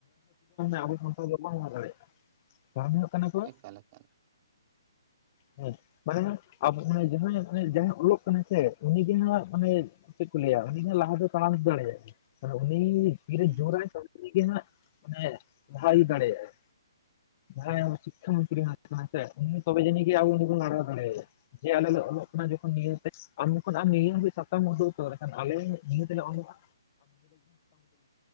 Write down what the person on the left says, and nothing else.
ᱟᱵᱚ ᱥᱟᱱᱛᱟᱞ ᱫᱚ ᱵᱟᱝ ᱞᱟᱦᱟ ᱫᱟᱲᱮᱭᱟᱜ-ᱟ ᱠᱟᱨᱚᱱ ᱦᱩᱭᱩᱜ ᱠᱟᱱᱟ ᱠᱚ
ᱦᱮᱸ ᱢᱟᱱᱮ ᱟᱵᱳ ᱡᱟᱦᱟᱸᱭ ᱢᱟᱱᱮ ᱡᱟᱦᱟᱸᱭ ᱚᱞᱚᱜ ᱠᱟᱱᱟᱭ ᱥᱮ ᱩᱱᱤᱜᱮ ᱦᱟᱸᱜ ᱢᱟᱱᱮ ᱪᱮᱫ ᱠᱚ ᱞᱟᱹᱭᱟ ᱩᱱᱤ ᱞᱟᱦᱟ ᱫᱚ ᱛᱟᱲᱟᱢ ᱫᱟᱲᱮᱭᱟᱜ-ᱟ ᱩᱱᱤ ᱛᱤ
ᱨᱮ ᱡᱳᱨᱟᱭ ᱛᱚᱵᱮ ᱟᱹᱱᱤᱡ ᱜᱮ ᱦᱟᱸᱜ ᱢᱟᱱᱮ ᱞᱟᱦᱟ ᱤᱫᱤ ᱫᱟᱲᱮᱭᱟᱜ-ᱟᱭ ᱡᱟᱸᱦᱟᱭ ᱥᱤᱠᱠᱷᱟ ᱢᱚᱱᱛᱨᱤ ᱠᱟᱱᱟᱭ ᱥᱮ ᱩᱱᱤ ᱛᱚᱵᱮ ᱡᱟᱹᱱᱤ ᱟᱵᱚ ᱵᱚᱱ ᱠᱟᱲᱟᱣ ᱫᱟᱲᱮᱭᱟ ᱡᱮ ᱟᱞᱮ ᱞᱮ ᱚᱞᱚᱜ ᱠᱟᱱᱟ ᱡᱚᱠᱷᱚᱱ ᱱᱤᱭᱟᱹᱛᱮ ᱟᱢ ᱟᱨ ᱱᱤᱭᱟᱹᱜ ᱥᱟᱛᱟᱢ ᱩᱫᱩᱜ ᱩᱛᱮᱠᱷᱟᱱ ᱟᱞᱮ ᱱᱤᱭᱟᱹ ᱛᱮᱞᱮᱞᱚᱜᱼᱟ